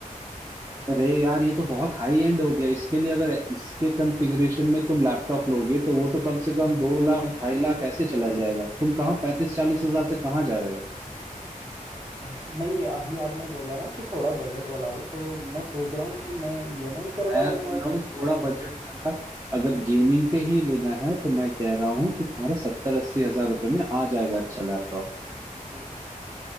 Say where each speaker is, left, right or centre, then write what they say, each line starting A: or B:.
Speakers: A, on the right; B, on the right.
A: अरे यार ये तो बहुत हाई एंड हो गया इसके लिए अगर इसके कॉन्फ़िगरेशन में तुम लैपटॉप लोगे तो वो तो कम से कम दो लाख ढाई लाख ऐसे चला जाएगा तुम कहाँ पैंतीस चालीस हजार से कहाँ जा रहे हो
B: अच्छा अच्छा नहीं अभी आपने बोला ना कि थोड़ा बजट वाला लो तो मैं सोच रहा हूँ कि मैं ईएमआई करवा
A: मैं
B: लूंगा
A: बोल रहा हूँ थोड़ा बजट वाला अगर गेमिंग पे ही लेना है तो मैं कह रहा हूँ कि तुम्हारा सत्तर अस्सी हजार रुपये में आ जाएगा अच्छा लैपटॉप
B: हम्म,